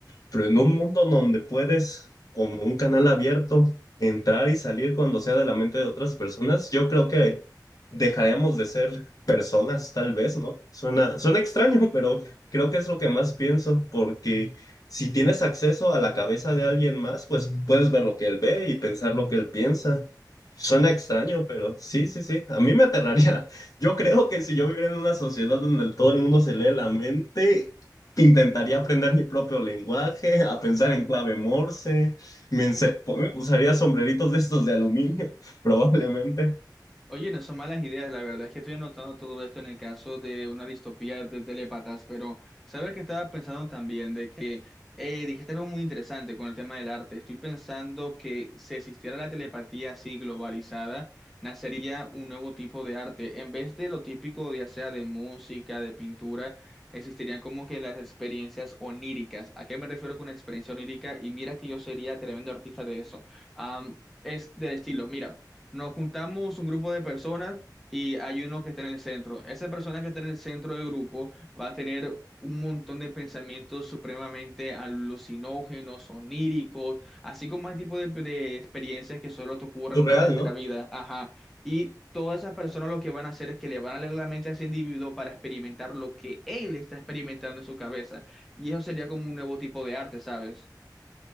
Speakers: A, on the left (about 55°); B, in the centre.
A: Pero en un mundo donde puedes, como un canal abierto, entrar y salir cuando sea de la mente de otras personas, yo creo que dejaremos de ser personas, tal vez, ¿no? Suena, suena extraño, pero creo que es lo que más pienso, porque si tienes acceso a la cabeza de alguien más, pues puedes ver lo que él ve y pensar lo que él piensa. Suena extraño, pero sí, sí, sí. A mí me aterraría. <laughs> Yo creo que si yo viviera en una sociedad donde todo el mundo se lee la mente, Intentaría aprender mi propio lenguaje, a pensar en clave Morse, me ense- po- usaría sombreritos de estos de aluminio, <laughs> probablemente.
B: Oye, no son malas ideas, la verdad es que estoy anotando todo esto en el caso de una distopía de telépatas, pero sabes que estaba pensando también de que eh, dijiste algo muy interesante con el tema del arte. Estoy pensando que si existiera la telepatía así globalizada, nacería un nuevo tipo de arte. En vez de lo típico, ya sea de música, de pintura, existirían como que las experiencias oníricas. ¿A qué me refiero con experiencia onírica? Y mira que yo sería tremendo artista de eso. Am, es del estilo, mira. Nos juntamos un grupo de personas y hay uno que está en el centro. Esa persona que está en el centro del grupo va a tener un montón de pensamientos supremamente alucinógenos, oníricos, así como el tipo de, de experiencias que solo te ocurren
A: Surreal,
B: una vez en
A: ¿no?
B: la vida. Ajá. Y todas esas personas lo que van a hacer es que le van a leer la mente a ese individuo para experimentar lo que él está experimentando en su cabeza. Y eso sería como un nuevo tipo de arte, ¿sabes? <clears throat>